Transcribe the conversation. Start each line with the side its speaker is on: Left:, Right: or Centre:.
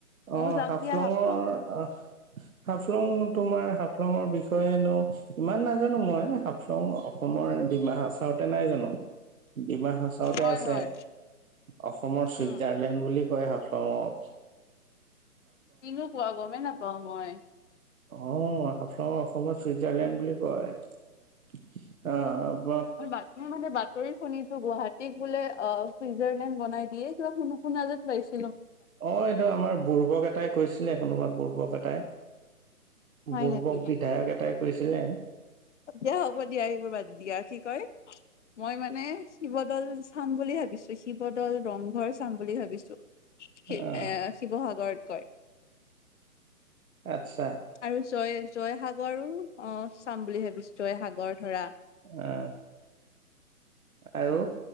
Left: ময়ো
Right: অৱ
Left: যাম
Right: হাফলঙৰ
Left: দিয়া হাফলং
Right: আহ হাফলং তোমাৰ হাফলঙৰ বিষয়েনো ইমান নাজানো মই হাফলং অসমৰ ডিমা হাচাৰতে নাই জানো। ডিমা হাচৰতে
Left: হয়
Right: আছে।
Left: হয়
Right: অসমৰ চুইজাৰলেণ্ড
Left: উম।
Right: বুলি ক <unintelligible> ক হাফলঙত।
Left: কিনো কোৱা গমেই নাপাওঁ মই
Right: অৱ হাফলংক অসমৰ চুইজাৰলেণ্ড বুলি কয় আহ
Left: মই মানে বাতৰি শুনিছো গুৱাহাটীক বোলে অৱ <unintelligible> চুইজাৰলেণ্ড বনাই দিয়ে কিবা শুনা যেন পাইছোঁ।
Right: অ এইটো আমাৰ বুৰ্বক এটাই কৈছিলে কোনোবাক বুৰ্বক এটাই। <unintelligible>
Left: হয়
Right: বূ্বক
Left: নেকি
Right: বিধায়ক এটাই কৈছিলে
Left: দিয়া হ'ব দিয়া আহিব ব দিয়া কি কয় মই মানে শিৱত <unintelligible> দল চাম বুলি ভাবিছো শিৱদল ৰংঘৰ চাম বুলি ভাবিছো। এ
Right: অ',
Left: শিৱসাগৰত গৈ <unintelligible>
Right: আচ্ছা
Left: আৰু জয় জয়সাগৰো অ চাম বুলি ভাবিছোঁ জয়সাগৰ ধৰা
Right: আহ, আৰু